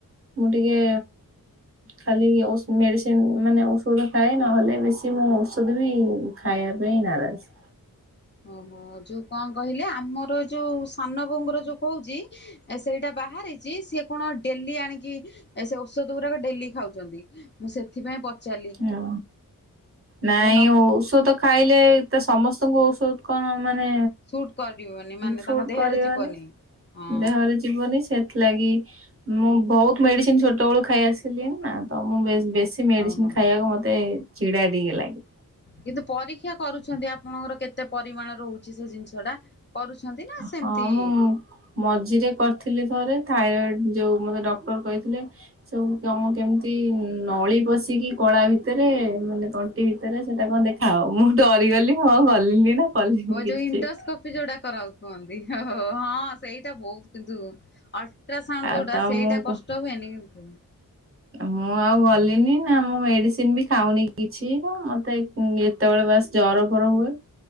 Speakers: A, on the right; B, on the left.
A: ମୁଁ ଟିକେ ଖାଲି ଓସ ମେଡ଼ିସ୍ ମାନେ ଔଷଧ ଖାଏ ନହେଲେ ବେଶୀ ମୁଁ ଔଷଧ ବି ଖାଇବା ପାଇଁ ନାରାଜ।
B: ଓହୋ ଯୋଉ କଣ କହିଲେ ଆମର ଯୋଉ ସାନ ବୋଉଙ୍କର ଯୋଉ କହୁଛି ଏ ସେଇଟା ବାହାରିଛି ସିଏ କଣ ଡେଲି ଆଣିକି ସେ ଔଷଧ ଗୁଡାକ ଡେଲି ଖାଉଛନ୍ତି। ମୁଁ ସେଥିପାଇଁ ପଚାରିଲି।
A: ହଁ ନାଇ
B: ସେ ନ
A: ଔଷଧ ଖାଇଲେ ଏତ ସମସ୍ତଙ୍କୁ ଔଷଧ କଣ ମାନେ
B: ସୁଟ୍ କରିବନି ମାନେ
A: ସୁଟ
B: ତାଙ୍କ ଦେହରେ
A: କରିବନି
B: ଯିବନି। ହଁ
A: ଦେହରେ ଯିବନି ସେଥିଲାଗି ମୁଁ ବହୁତ ମେଡିସିନ ଛୋଟ ବେଳୁ ଖାଇ ଆସିଲି ନା ତ ମୁଁ ବେଶ ବେଶୀ ସେ ମେଡିସିନ
B: ଓହୋ
A: ଖାଇବାକୁ ମତେ ଚଡା ଟିକେ ଲାଗେ।
B: କିନ୍ତୁ ପରୀକ୍ଷା କରୁଛନ୍ତି ଆପଣଙ୍କର କେତେ ପରିମାଣ ରହୁଛି ସେ ଜିନିଷ ଟା କରୁଛନ୍ତି? ନା
A: ହଁ
B: ସେମିତି
A: ମୁଁ ମୁ ମଝିରେ କରିଥିଲି ଥରେ ଥାଇରଏଡ ଯୋଉ ମତେ ଡକ୍ଟର କହିଥିଲେ ସବୁ କଣ କେମିତି ନଳି ପଶିକି କଳା ଭିତରେ ମାନେ ତଣ୍ଟି ଭିତରେ ସେଇଟା କଣ ଦେଖ ଆଉ ମୁଁ ଡରିଗଲି ହଁଉ ଗଲିନି ନା କଲିନି
B: ଓ
A: କିଛି
B: ଯୋଉ ଇଣ୍ଡୋସ୍କୋପି
A: ଚେକ୍।
B: ଯୋଉଟା କରା କୁହନ୍ତି ଓ ହଁ ସେଇଟା ବହୁତ କିନ୍ତୁ ଅଲଟ୍ରାସାଉଣ୍ଡ
A: ଆଉ
B: ଯୋଉଟା
A: ତ
B: ସେଇଟା
A: ମୁଁ
B: କଷ୍ଟ ହୁଏନି କି
A: ମୁଁ ଆଉ ଗଲିନି ନା ମୁଁ ମେଡିସିନ ବି ଖାଉନି କିଛି ତ ମତେ ହୁଁ ଯେତେବେଳେ ବାସ ଜର ଫର ହୁଏ